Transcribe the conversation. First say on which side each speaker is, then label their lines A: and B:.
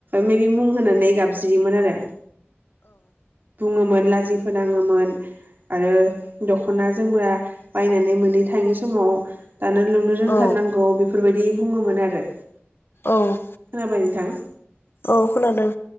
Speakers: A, on the right; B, on the left.
A: मेरि मुं होनानै गाबज्रियोमोन आरो। बुङोमोन ला जि फोनाङोमोन आरो दख'ना जोमग्रा बायनानै मोनै थाङै समाव दानो लुनो रोंथारनांगौ
B: औ
A: बेफोर बाय दि बुङोमोन आरो।
B: औ
A: खोनाबाय नोंथां
B: औ खोनादों।